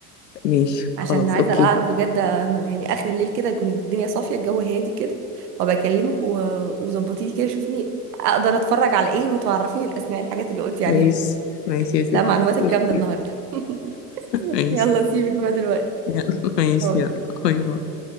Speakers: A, on the left; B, on the right.
A: ماشي
B: عشان
A: خلاص
B: عايزه
A: اوكي
B: اعرف بجد يعني اخر الليل كده يكون الدنيا صافيه الجو هادي كده وابقى اكلمك و... وظبطي لي كده شوفيني اقدر اتفرج على ايه وتعرفيني الاسماء الحاجات اللي قلتي عليها
A: ماشي ماشي يا ستي
B: لا معلوماتك
A: <laughs>
B: جامده النهارده <laughs>
A: ماشي
B: يلا سيبك بقى دلوقتي
A: يلا ماشي
B: باي.
A: يلا باي باي